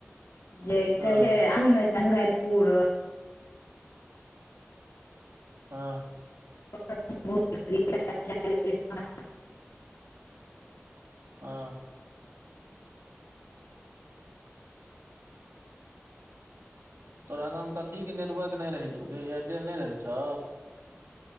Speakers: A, on the left (about 80°); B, on the right (about 80°).
A: जे
B: हँ
A: कहे खो नहि तो मुरापुर
B: हँ
A: <inaudible>
B: हँ तोरा गाँंव मे कथी के नेटवर्क नहि रहे छौ एयरटेल नहि रहे छौ